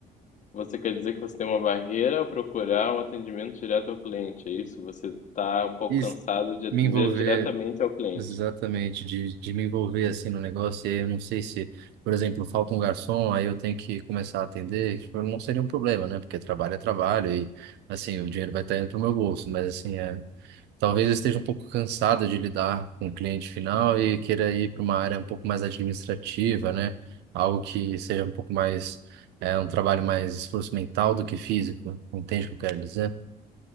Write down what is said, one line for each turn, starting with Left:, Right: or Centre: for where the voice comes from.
Left: Você quer dizer que você tem uma barreira ao procurar um atendimento direto ao cliente, é isso? Você está um pouco
Right: Isso,
Left: cansado de atender
Right: me envolver
Left: diretamente ao cliente.
Right: Exatamente, de, de me envolver assim no negócio, e aí eu não sei se, por exemplo, falta um garçom, aí eu tenho que começar a atender, tipo, não seria um problema, né? Porque trabalho é trabalho e, assim, o dinheiro vai estar indo pro meu bolso, mas, assim, é, talvez eu esteja um pouco cansado de lidar com o cliente final e queira ir para uma área um pouco mais administrativa, né? Algo que seja um pouco mais, é, um trabalho mais esforço mental do que físico, entende o que eu quero dizer?